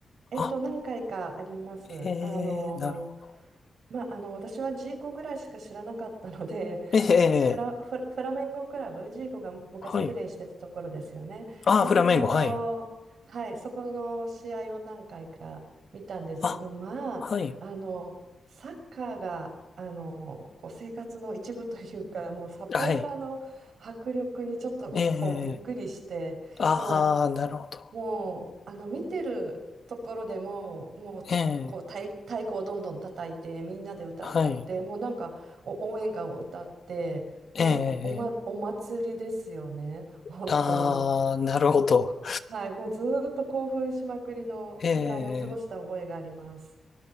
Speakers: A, on the right (about 75°); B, on the left (about 45°).
A: えっと、
B: あ、
A: 何回かあります。
B: へえ、
A: あの、
B: なるほど。
A: まあ、あの私はジーコぐらいしか知らなかったので
B: ええ、
A: <laughs> あのフラ、フラ、フラメンゴクラブジーコが昔プレーしてたところですよね。
B: はい。ああ、
A: でそこ、
B: フラメンゴ、はい。
A: はい、そこの試合を何回か見たんですけどまああのサッカーがあのこう生活の一部というかもうサポーターの迫力にちょっとこうびっくりしてただ
B: あ、はい。はい。ええ、ああ、なるほど。
A: もうあの見てるところでももうこう太、
B: ええ、
A: 太鼓をどんどん叩いてみんなで歌を歌ってもうなんかお応援歌を歌ってもうお、
B: はい。ええ、
A: ま、お祭りですよね本当に
B: ああ、なるほど。
A: もうここ、はい、もうずーっと興奮しまくりの時間を過ごした覚えがあります。
B: ええ、